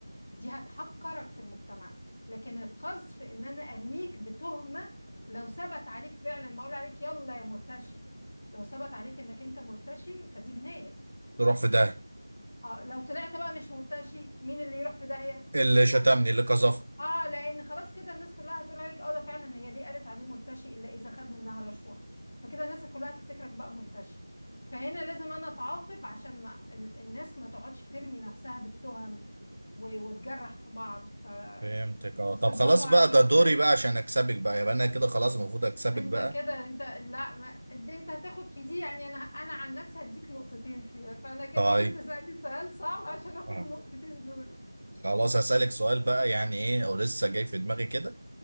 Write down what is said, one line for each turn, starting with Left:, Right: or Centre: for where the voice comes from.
Left: دي هتحقرك في المجتمع لكن القذف ان انا ارميك بتهمة لو ثبت عليك فعلا ما اقول عليك يلا يا مرتشي لو ثبت عليك انك انت مرتشي فدي جناية
Right: تروح في ده
Left: اه لو طلعت بقى مش مرتشي مين اللي يروح في داهية
Right: اللي شتمني
Left: انا
Right: اللي قذفني
Left: اه لان خلاص كده الناس كلها هتقول عليك اه ده فعلا هي ليه قالت عليه مرتشي الا اذا خد منها رشوة فكده الناس كلها هتفتكرك بقى مرتشي فهنا لازم انا اتعاقب عشان ما ال- الناس ما تقعدش ترمي نفسها بالتهم و- وتجرح في بعض ف
Right: فهمتك اه
Left: بس
Right: طب
Left: برافو
Right: خلاص
Left: عليك
Right: بقى ده دوري
Left: يعني
Right: بقى عشان اكسبك بقى يبقى انا كده خلاص المفروض اكسبك
Left: انت
Right: بقى
Left: كده انت لا ما... انت انت هتاخد في دي يعني انا انا عن نفسي هديك نقطتين فيها فانا كده
Right: طيب
Left: لازم تسألني سؤال صعب عشان اخد
Right: اه
Left: النقطتين دول
Right: خلاص هسألك سؤال بقى يعني ايه او لسه جاي في دماغي كده